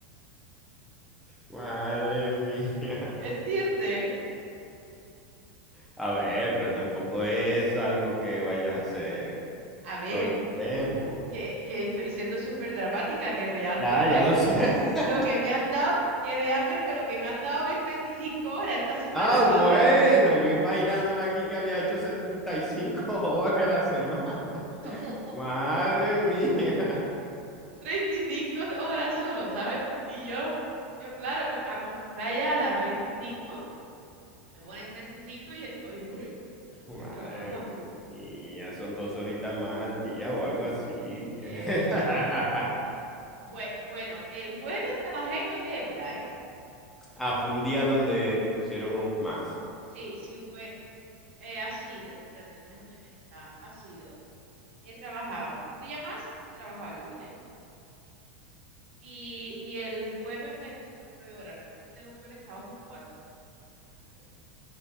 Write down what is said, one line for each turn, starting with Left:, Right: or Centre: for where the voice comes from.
Centre: Madre mía.
Right: ¿entiendes?
Centre: A ver, pero tampoco es algo que vayas a hacer
Right: A ver,
Centre: todo el tiempo.
Right: que, que estoy siendo súper dramática, que realmente
Centre: Ya, ya
Right: l-
Centre: lo sé.
Right: l-
Centre: <laughs>
Right: lo que me han dado, que realmente lo que me han dado es 35 horas esta semana,
Centre: Ah, bueno,
Right: ¿sabes?
Centre: yo imaginándome aquí que había hecho 75 horas en la semana. <laughs>
Right: No, o- o
Centre: Madre mía.
Right: 35 horas solo, ¿sabes? Y yo, yo claro, co- acostumbrada ya a las 25, me pones 35 y cinco y estoy, uy,
Centre: Madre
Right: quiero trabajar más.
Centre: mía, son dos horitas más al día o algo así.
Right: Eh,
Centre: <laughs>
Right: bue- bueno, el jueves trabajé 9 horas, ¿eh?
Centre: Ah, fue un día donde te pusieron más.
Right: Sí, sí fue, eh, ha sido, espérate, déjame pensar, ha sido, he trabajado un día más, he trabajado el lunes, Y, y el jueves me pusieron nueve horas. Normalmente los jueves trabajo cuatro. me pusieron nueve.